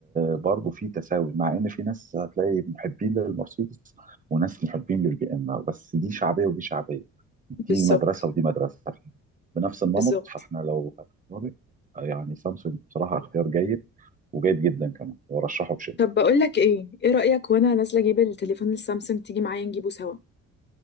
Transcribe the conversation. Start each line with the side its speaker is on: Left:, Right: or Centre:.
Right: برضو في تساوي مع ان في ناس هتلاقي محبين للمرسيدس وناس محبين للبي ام بس دي شعبيه ودي شعبيه دي
Left: بالظبط
Right: مدرسه ودي مدرسه بنفس النمط
Left: بالظبط
Right: فاحنا لو هنختار يعني سامسونج بصراحه اختيار جيد وجيد جدا كمان ورشحه بشده
Left: طب بقول لك ايه ايه رايك وانا نازله اجيب التليفون السامسونج تيجي معايا نجيبه سوا